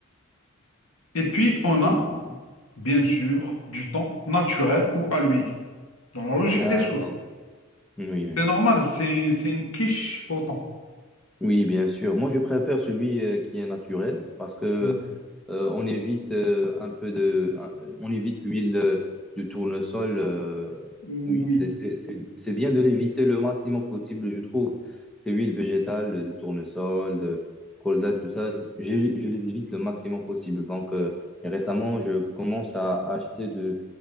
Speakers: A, on the left; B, in the centre.
A: Et puis, on
B: Mhm.
A: a, bien sûr, du thon naturel ou à l'huile. Dans la logique
B: D'accord.
A: des choses.
B: Oui, oui.
A: C'est normal, c'est, c'est une quiche au thon.
B: Oui, bien sûr. Moi, je préfère celui euh, qui est naturel parce que
A: Mm.
B: euh, on évite euh, un peu de, un- on évite l'huile euh, du tournesol. euh,
A: Oui,
B: oui, c'est c'est- c'est- c'est bien de l'éviter le maximum possible, je trouve. Ces huiles végétales, euh, du tournesol, de colza, tout ça, je, je les évite le maximum possible. Donc, euh, et récemment, je commence à acheter de,